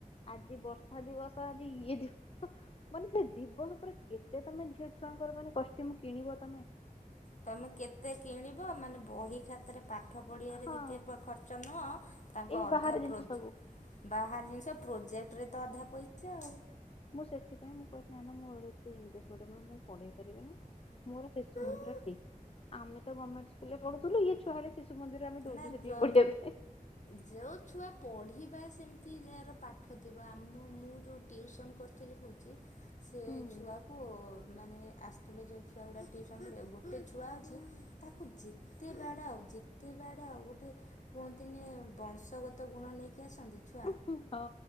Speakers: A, on the left; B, on the left.
A: ଆଜି ବର୍ଷା ଦିବସ ଆଜି ଇଏ ଦ ମାନେ ସେ ଦିବସ ଉପରେ କେତେ ତମେ ଝିଅ ଛୁଆଙ୍କର ମାନେ କଷ୍ଟ୍ୟୁମ କିଣିବ ତମେ?
B: ତମେ କେତେ କିଣିବ ମାନେ ବହି ଖାତାରେ ପାଠ ପଢି଼ଆରେ
A: ହଁ
B: ଯେତେ ଖର୍ଚ୍ଚ ଚ ନୁହ ତାଙ୍କ
A: ଏଇ
B: ଅଧା
A: ବାହାରେ ଜିନିଷ
B: ପ୍ରୋ
A: ସବୁ
B: ବାହାର ଜିନିଷ ପ୍ରୋଜେକ୍ଟରେ ତ ଅଧା ପଇସା ଆଉ।
A: ମୁଁ ସେଥିପାଇଁ ମୁଁ କହିଲି ନା ନା ମୋର ଏତେ ଇଣ୍ଡେ ମୁଁ ପଢ଼େଇ ପାରିବିନି ମୋର ଶିଶୁ ମନ୍ଦିର
B: ଆଉ।
A: ଠିକ୍। ଆମେ ତ ଗଭମେଣ୍ଟ ସ୍କୁଲରେ ପଢୁଥିଲୁ, ଇଏ ଛୁଆ ଶିଶୁ ମନ୍ଦିରେ ଆମେ
B: ନା
A: ଦଉଚୁ ସେତିକି
B: ଯ
A: ପଢ଼ିବା ପାଇଁ।
B: ଯେଉଁ ଛୁଆ ପଢ଼ିବା ସେମିତି ଯାହାର ପାଠ ଥିବ, ଆମ ମୁଁ ଯୋଉ ଟିଉସନ୍ କରି କହୁଛି ସେ
A: ହୁଁ
B: ଛୁଆକୁ ମାନେ ଆସ୍ ଯୋଉ ଛୁଆଗୁଡ଼ା ଟିଉସନ ଗୋଟେ ଛୁଆ ଅଛି ତାକୁ ଯେତେ ବାଡ଼ାଅ‌ ଯେତ୍ ତେ ବାଡ଼ାଅ ଗୋଟେ କୁହନ୍ତିନି ବଂଶଗତ ଗୁଣ ନେଇକି ଆସନ୍ତି ଛୁଆ?
A: ଉଁ ହୁଁ ହଁ।